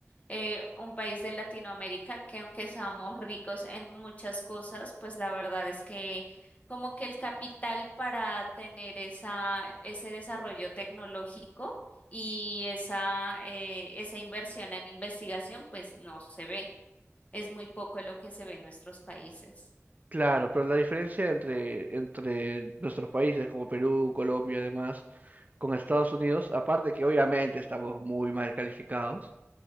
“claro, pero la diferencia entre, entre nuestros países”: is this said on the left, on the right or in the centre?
Right